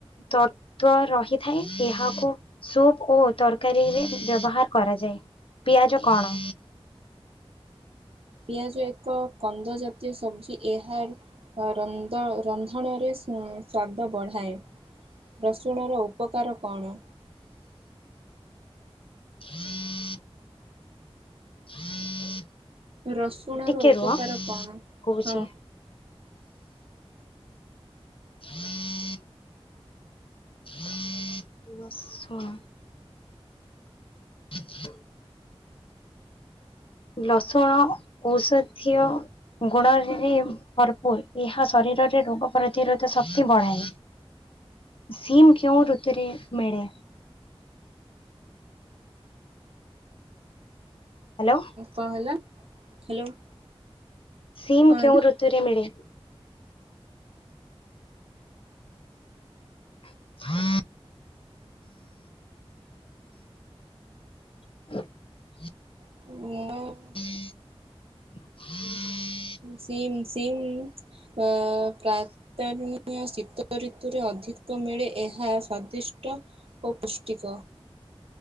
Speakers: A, on the left; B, on the right.
A: ତତ୍ଵ ରହିଥାଏ, ଏହାକୁ ସୁପ୍ ଓ ତରକାରୀରେ ବ୍ୟବହାର କରାଯାଏ। ପିଆଜ କଣ?
B: ପିଆଜ ଏକ କନ୍ଦ ଜାତୀୟ ସବଜି। ଏହାର ରନ୍ଦ ରନ୍ଧଣରେ <unintelligible> ସ୍ୱାଦ ବଢ଼ାଏ। ରସୁଣର ଉପକାର କଣ?
A: <inaudible> <inaudible>
B: ରସୁଣ
A: ଟିକେ
B: ର ଉପକାର
A: ରୁହ
B: କଣ?
A: କହୁଛି
B: ହଁ।
A: <inaudible> <inaudible> ରସୁଣ <inaudible> ଲସୁଣ ଔଷଧୀୟ ଗୁଣରେ ଭରପୁର। ଏହା ଶରୀରରେ ରୋଗ ପ୍ରତିରୋଧ ଶକ୍ତି ବଢାଏ। <unintelligible> କେଉଁ ଋତୁରେ ମିଳେ? ହ୍ୟାଲୋ?
B: କଣ ହେଲା? ହ୍ୟାଲୋ?
A: ସିମ୍
B: କଣ ହେଲା?
A: କେଉଁ ଋତୁରେ ମିଳେ? <inaudible> <inaudible>
B: <unintelligible>
A: <inaudible>
B: ସିମ୍ ସିମ୍ ଅ ପ୍ରା <unintelligible> ଶୀତ ଋତୁରେ ଅଧିକ ମିଳେ ଏହା ସ୍ଵାଦିଷ୍ଟ। ଓପୁଷ୍ଟିିକ।